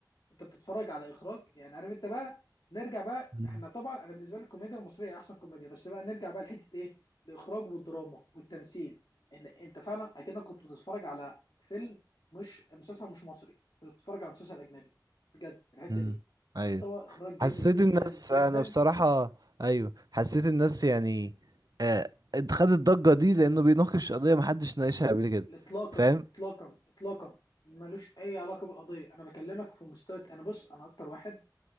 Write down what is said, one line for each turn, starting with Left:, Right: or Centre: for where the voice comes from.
Left: انت بتتفرج على اخراج يعني عارف انت بقى نرجع بقى
Right: مم.
Left: احنا طبعا انا بالنسبه لي الكوميديا المصريه احسن كوميديا بس بقى نرجع بقى لحته ايه الاخراج والدراما والتمثيل ان انت فعلا اكنك كنت بتتفرج على فيلم مش مسلسل مش مصري كنت بتتفرج على مسلسل اجنبي بجد في الحته
Right: مم.
Left: دي
Right: ايوه
Left: مستوى اخراج جامد
Right: حسيت
Left: جدا
Right: الناس
Left: جدا
Right: انا بصراحة ايوه حسيت الناس يعني آه خدت الضجة دي لانه بيناقش قضية محدش ناقشها قبل كده
Left: اطلاقا
Right: فاهم
Left: اطلاقا اطلاقا ملوش اي علاقه بالقضيه انا بكلمك في مستوى انا بص انا اكتر واحد